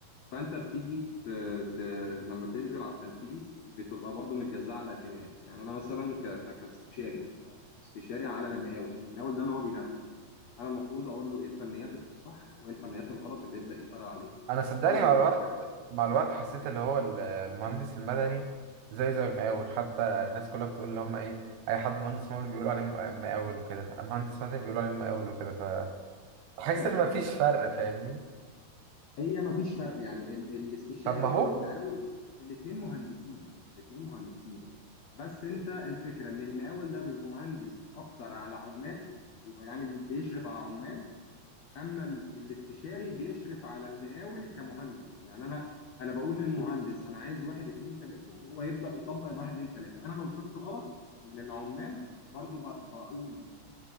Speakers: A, on the left; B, on the right.
A: فانت بتيجي ت... ت... لما تنزل على التنفيذ بتبقى برضو متجزأة على تيمات يعني انا مثلا ك... كاستشاري كاستشاري على المقاول المقاول ده اللي هو بينفذ انا المفروض اقول له ايه الفنيات الصح وايه الفنيات الغلط اللي يبدأ يشتغل عليها
B: انا صدقني
A: او بيبقى
B: مع الوقت
A: في حاجه
B: مع الوقت حسيت اللي هو ال- المهندس المدني زي زي المقاول حتى الناس كلها بتقول اللي هم ايه اي حد مهندس مقاول بيقولوا عليه م- مقاول وكده مهندس مدني بيقولوا عليه مقاول وكده فحس
A: <laughs>
B: ان مفيش
A: لا
B: فرق فاهمني
A: هي ما فيش فرق يعني ال... الاستشاري
B: طب ما هو
A: او المقاول الاثنين مهندسين الاثنين مهندسين بس انت الفكره ان المقاول ده بيبقى مهندس اكتر على عمال بيبقى يعني بيشرف على عمال اما ال- الاستشاري بيشرف على المقاول كمهندس يعني انا انا بقول للمهندس انا عايز واحد اتنين تلاته وهو يبدا يطبق الواحد اتنين تلاته انا لو شفت غلط من العمال برضو ب- بقول